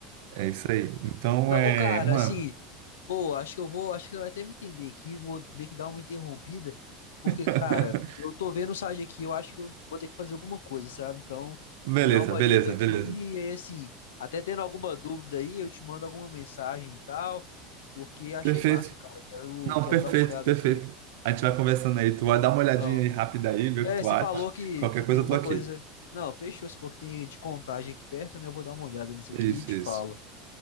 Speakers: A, on the right; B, on the left.
A: É isso aí. Então,
B: Não,
A: é,
B: ô, cara,
A: mano,
B: assim, ô, acho que eu vou, acho que você vai até me entender aqui, vou meio que dar uma interrompida, porque,
A: <laughs>
B: cara, eu tô vendo o site aqui, eu acho que eu vou ter que fazer alguma coisa, sabe? Então,
A: beleza,
B: eu vou dar uma
A: beleza,
B: lida aqui,
A: beleza.
B: e aí, assim, até tendo alguma dúvida aí, eu te mando alguma mensagem e tal, porque achei
A: Perfeito.
B: massa, cara, quero,
A: Não,
B: quero
A: perfeito,
B: dar uma olhada
A: perfeito.
B: aqui.
A: A gente vai conversando aí. Tu vai dar uma olhadinha
B: Não.
A: aí rápida aí, ver
B: É,
A: o que tu
B: você
A: acha.
B: falou que,
A: Qualquer
B: que tem
A: coisa
B: uma
A: eu tô aqui.
B: coisa. Não, fechou. Você falou que tem de contagem aqui perto, né? Eu vou dar uma olhada nisso
A: Isso,
B: aqui e te
A: isso.
B: falo.